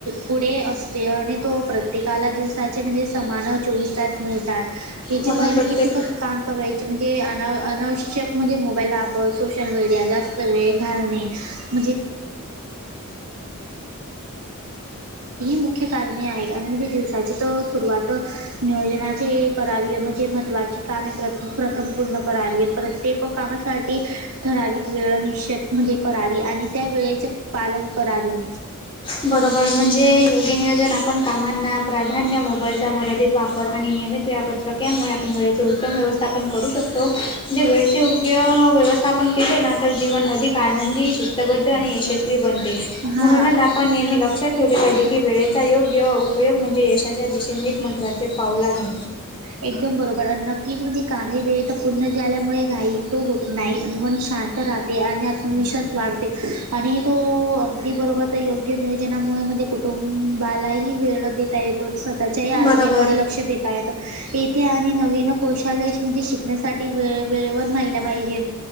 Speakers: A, on the right (about 80°); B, on the left (about 25°).
A: पुढे असते. आणि तो प्रत्येकाला दिस दिवसाचे म्हणजे समान चोवीस तास मिळतात. त्याच्यामुळे
B: म्हणून प्रत्येक
A: तो किती कस काम करायचे म्हणजे अना अनावश्यक म्हणजे मोबाईल वापर सोशल मीडिया या जास्त वेळ घालवणे, <unintelligible> मुख्य कारणे आहे आणि म्हणजे दिवसाची तो सुरुवात नियोजनाचे करावे म्हणजे महत्वाची काम प्रत्येक प्रथम पूर्ण करावी. प्रत्येक कामासाठी ठराविक वेळ निश्चित म्हणजे करावी आणि त्या वेळेचे पालन करावे.
B: बरोबर म्हणजे योग्य नियोजन आपण कामांना प्रा मान्य मोबाईलचा मर्यादित वापर आणि नियमित वेळापत्रक यामुळे आपण वेळेचे उत्तम व्यवस्थापन करू शकतो. शकतो म्हणजे वेळचे योग्य व्यवस्थापन केले ना, तर जीवन अधिक आनंदी शिस्तबद्ध आणि यशस्वी बनते,
A: हा
B: म्हणूनच आपण नेहमी लक्षात ठेवले पाहिजे की, वेळेचा योग्य उपयोग म्हणजे यशाच्या दिशेने एक महत्त्वाचे पाऊल आहे.
A: एकदम बरोबर अन्न तीच म्हणजे कामे वेळेत पुर्ण झाल्यामुळे घाई त होत नाही आणि मन शांत राहत. ते आणि आत्मविश्वास वाढते आणि तो अगदी बरोबर ते योग्य नियोजनामुळे म्हणजे कुटुंबालाही वेळ देता येतो स्वतःच्याही आरोग्याकडे
B: बरोबर
A: लक्ष देता येत. येथे आणि नवीन कौशालेस म्हणजे शिकण्यासाठी वेळ वेळेवर महिला पाहिजे.